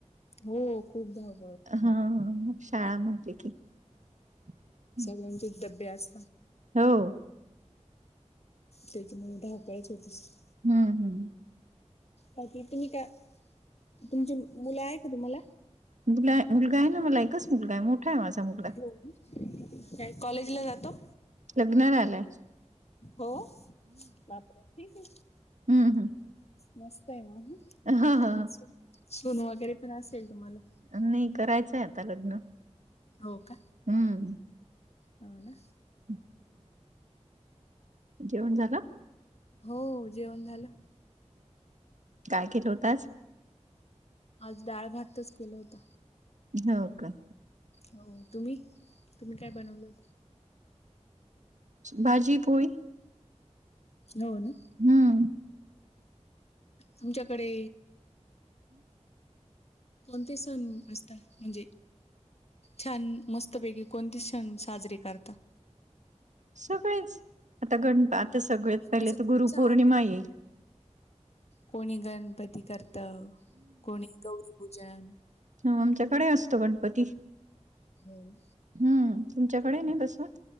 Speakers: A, on the left; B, on the right.
A: हो खूप ग
B: हा हा शाळा म <unintelligible>
A: सगळ्यांचेच डब्बे आज
B: हो
A: त्याच्यामुळे, धावपळच होत असेल.
B: हम्म हम् हम.
A: बाकी तुम्ही का, तुमचे मुलं आहे का तुम्हाला.
B: मु मुलगा आहे ना मला, एकच मुलगाय, मोठाय माझा मुलगा.
A: हो, काय कॉलेजला जातो?
B: लग्न झालाय.
A: हो, बापरे! ठीके,
B: हम्म हम्
A: मस्तय म. <unintelligible>
B: ह ह
A: सुनं वगैरे पण असेल तुम्हाला?
B: नाही करायचंय आता लग्न,
A: हो का
B: हम्म.
A: हो ना.
B: हम् <inaudible> जेवण झालं.
A: हो जेवण झालं.
B: काय केलं होत आज.
A: आज डाळ भातच केलं होत.
B: हो का?
A: हो, तुम्ही, तुम्ही काय बनवलं होत?
B: भाजी पोळी.
A: हो ना.
B: हम्म.
A: तुमच्याकडे कोणते सण असता, म्हणजे, छान, मस्तपैकी, कोणते सण साजरी करता.
B: सगळेच, आता गण, आता सगळत पहिले
A: असं
B: तर
A: उत्साह
B: गुरुपौर्णिमा येईल.
A: कोणी गणपती करत, कोणी गौरी पूजन.
B: ह, आमच्याकडे असतो गणपती.
A: हम्म.
B: हम्म, तुमच्याकडे नाही तसं.